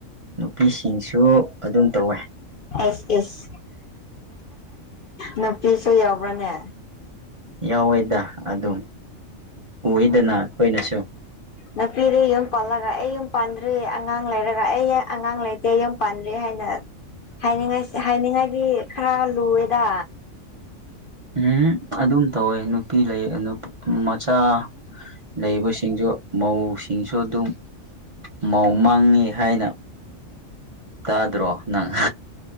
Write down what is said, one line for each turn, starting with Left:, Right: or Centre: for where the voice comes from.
Right: ꯅꯨꯄꯤꯁꯤꯡꯁꯨ ꯑꯗꯨꯝ ꯇꯧꯋꯦ
Left: ꯑꯦꯁ ꯅꯨꯄꯤꯁꯨ ꯌꯥꯎꯕ꯭ꯔꯅꯦ
Right: ꯌꯥꯎꯋꯦꯗ ꯑꯗꯨ ꯎꯏꯗꯅ ꯑꯩꯈꯣꯏꯅꯁꯨ
Left: ꯅꯨꯄꯤꯗꯨ ꯌꯨꯝ ꯄꯜꯂꯒ ꯑꯩ ꯌꯨꯝ ꯄꯥꯟꯗ꯭ꯔꯤ ꯑꯉꯥꯡ ꯂꯩꯔꯒ ꯑꯩ ꯌꯥ ꯑꯉꯥꯡ ꯂꯩꯇ ꯏꯦ ꯌ ꯄꯥꯟꯗ꯭ꯔꯦ ꯍꯥꯏꯅ ꯍꯥꯏꯅꯤꯡꯉꯥꯏ ꯍꯥꯏꯅꯤꯡꯉꯥꯏꯗꯤ ꯈꯔ ꯂꯨꯑꯦꯗ
Right: ꯎꯝ ꯑꯗꯨꯝ ꯇꯧꯋꯦ ꯅꯨꯄꯤ ꯂꯩ ꯃꯆꯥ ꯂꯩꯕꯁꯤꯡꯁꯨ ꯃꯧꯁꯤꯡꯁꯨ ꯑꯗꯨꯝ ꯃꯧ ꯃꯥꯡꯉꯤ ꯍꯥꯏꯅ ꯇꯥꯗ꯭ꯔꯣ ꯅꯪ